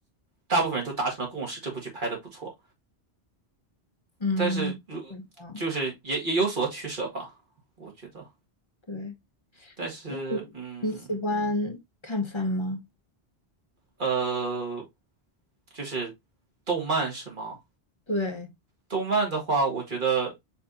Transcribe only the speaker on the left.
嗯，
是这样
对。
那你你喜欢看番吗？
对，